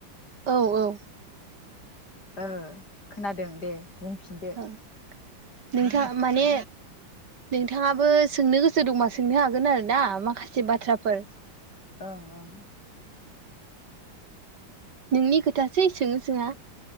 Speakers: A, on the right; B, on the left.
A: औ औ
B: ओ खोनादों दे बुंफिनदो
A: ओं नोंथां माने नोंथाङाबो सोंनो गोसो दंबा सोंनो हागोन आरो ना माखासे बाथ्राफोर
B: ओं ओं
A: नोंनि खोथासै सोङो सोङा